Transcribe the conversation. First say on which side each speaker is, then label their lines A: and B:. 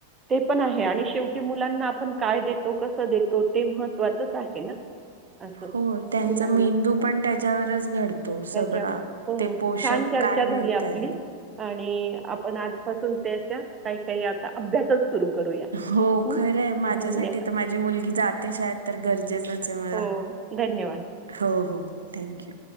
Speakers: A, on the right; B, on the right.
A: ते पण आहे आणि शेवटी मुलांना आपण काय देतो कसं देतो ते महत्त्वाचच आहे ना. असं
B: हो त्यांचा
A: मुलांना
B: मेंदू
A: हं,
B: पण त्याच्यावरच घडतो
A: त्याच्यावर.
B: सगळां.
A: हो,
B: ते पोषक
A: छान चर्चा
B: काय
A: झाली
B: मिळतय
A: आपली आणि आपण आजपासून त्याच्या काही -काही आता अभ्यासच सुरू करूया.
B: हो
A: हं.
B: खरंय, माझ्यासाठी
A: धन्यवाद.
B: त माझी मुलगी जाते शाळेत तर गरजेचंच जेच मला
A: हो, धन्यवाद.
B: हो- हो थँक यू.